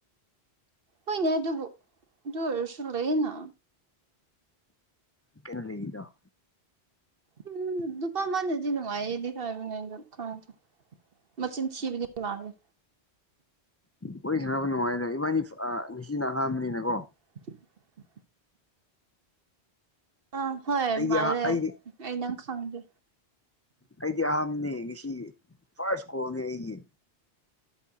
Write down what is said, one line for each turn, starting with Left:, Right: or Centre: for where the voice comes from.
Right: ꯍꯣꯏꯅꯦ ꯑꯗꯨꯕꯨ ꯗꯨ ꯑꯣꯏꯔꯁꯨ ꯂꯩꯅꯥ
Left: ꯀꯩꯅ‌ꯣ ꯂꯩꯗ‌ꯣ
Right: ꯎꯝ ꯅꯨꯄꯥ ꯃꯥꯅꯗꯤ ꯅꯨꯡꯉꯥꯏꯌꯦꯗꯤ ꯍꯥꯏꯕꯅ‌ꯦ ꯑꯗ‌ꯣ ꯈꯪꯗ‌ꯦ ꯃꯆꯤꯟ ꯊꯤꯕꯅ‌ꯦ ꯃꯥꯁ‌ꯦ
Left: ꯍꯣꯏ ꯁꯥꯟꯅꯕ ꯅꯨꯡꯉꯥꯏꯗ ꯏꯕꯥꯅꯤ ꯉꯁꯤꯅ ꯑꯍꯥꯟꯕꯅꯤꯅꯀꯣ
Right: <unintelligible> ꯑꯥ ꯍꯣꯏ
Left: ꯑꯩꯗꯤ
Right: ꯃꯥꯜꯂꯦ
Left: ꯑꯍꯥ ꯑꯩꯗꯤ
Right: ꯑꯩ ꯅꯪ ꯈꯪꯗꯦ
Left: ꯑꯩꯗꯤ ꯑꯍꯥꯟꯕꯅꯦ ꯉꯁꯤ ꯐꯥꯔꯁ ꯀꯣꯜꯅꯦ ꯑꯩꯒꯤ